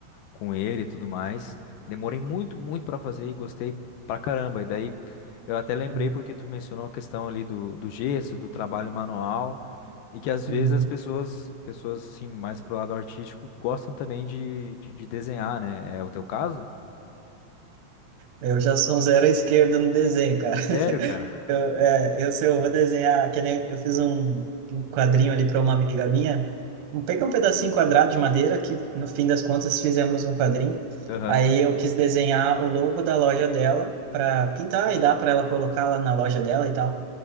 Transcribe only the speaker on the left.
com ele e tudo mais. Demorei muito, muito pra fazer e gostei pra caramba. E daí eu até lembrei
porque tu mencionou a questão ali do, do gesso, do trabalho manual. E que às vezes
as pessoas, pessoas assim, mais pro lado artístico, gostam também de, de, de desenhar, né? É o teu caso?
Sério,
cara?
Aham.